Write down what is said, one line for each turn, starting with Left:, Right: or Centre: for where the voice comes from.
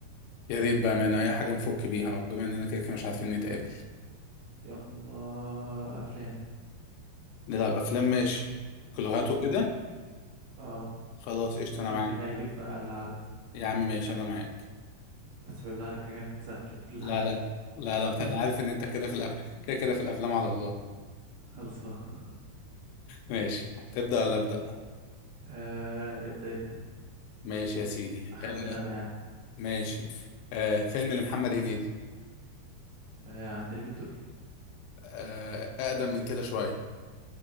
Left: يا ريت بامانه اي حاجه نفك بيها وبما اننا كده كده مش عارفين نتقابل
Right: يلا افلام
Left: نلعب افلام ماشي كلوهات
Right: يلا
Left: وكده
Right: اه
Left: خلاص قشطه
Right: نشوف
Left: انا معاك
Right: مين اللي هيجيب في اقل عدد
Left: يا عم ماشي انا معاك
Right: بس بالله عليك حاجات سهلة <laughs> بالله
Left: لا
Right: عليك
Left: لا لا لا
Right: <laughs>
Left: انا عارف ان انت كده في الأف... كده كده في الافلام على الله
Right: خلصان
Left: ماشي هتبدا ولا ابدا
Right: آه ابدأ انت
Left: ماشي يا سيدي
Right: اخمن
Left: آه
Right: انا يعني
Left: ماشي آه فيلم لمحمد هنيدي
Right: آه عند اللي بتدقي
Left: آه أقدم من كده شوية